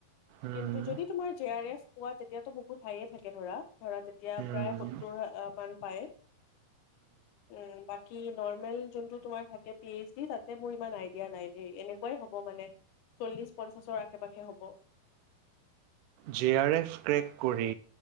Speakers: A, on the right; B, on the left.
A: উম,
B: কিন্তু যদি তোমাৰ জে আৰ এফ পোৱা তেতিয়াতো বহুত হাইয়ে থাকে ধৰা ধৰা তেতিয়া
A: উম,
B: প্ৰায় সত্তৰ হ মান পায় উম বাকি নৰ্মেল যোনটো তোমাৰ থাকে পি এইচ ডি তাতে মোৰ ইমান আইডিয়া নাই এ এনেকুৱাই হব মানে চল্লিশ পঞ্চাশৰ আশে পাশে হ'ব।
A: জে আৰ এফ ক্ৰেক কৰি।